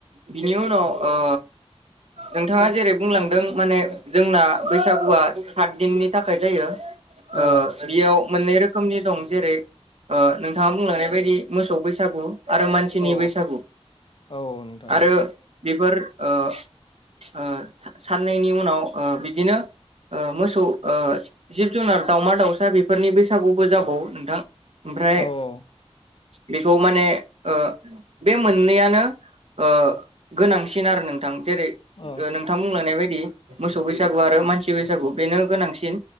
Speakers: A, on the right; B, on the left.
A: बिनि उनाव ओ नोंथाङा जेरै बुंलांदों माने जोंना बैसागुआ सात दिननि थाखाय जायो ओ
B: औ
A: बेयाव मोननै रोखोमनि दं जेरै ओ नोंथाङा बुंलांनाय बायदि मोसौ बैसागु आरो मानसिनि
B: औ
A: बैसागु
B: औ नोंथां
A: आरो
B: औ
A: बेफोर ओ ओ सा साननैनि उनाव ओ बिदिनो ओ मोसौ ओ जिब- जुनार दाउमा -दाउसा बेफोरनि बैसागुबो जाबावो नोंथां ओमफ्राय
B: औ औ
A: बेखौ माने ओ बे मोननैयानो ओ गोनांसिन आरो नोंथां जेरै
B: औ
A: नोंथां बुंलायनाय मोसौ बैसागु मानसि बैसागु बेनो गोनांसिन